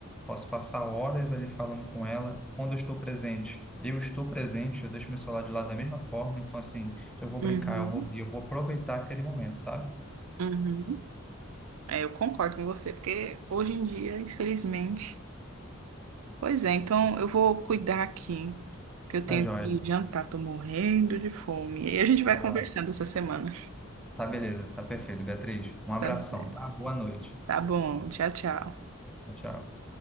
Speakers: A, in the centre; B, on the right (about 80°).
A: Posso passar horas ali falando com ela. Quando eu estou presente, eu estou presente, eu deixo meu celular de lado da mesma forma. Então, assim, eu vou
B: uhum,
A: brincar, eu vou rir, eu vou aproveitar aquele momento, sabe?
B: uhum. É, eu concordo com você, porque hoje em dia, infelizmente. Pois é, então eu vou cuidar aqui, que eu tenho
A: Tá joia.
B: que jantar, tô morrendo de fome. E aí a gente vai
A: Vai
B: conversando
A: lá.
B: essa semana.
A: Tá beleza, tá perfeito, Beatriz. Um abração,
B: Tá certo.
A: tá? Boa noite.
B: Tá bom, tchau, tchau.
A: Tchau, tchau.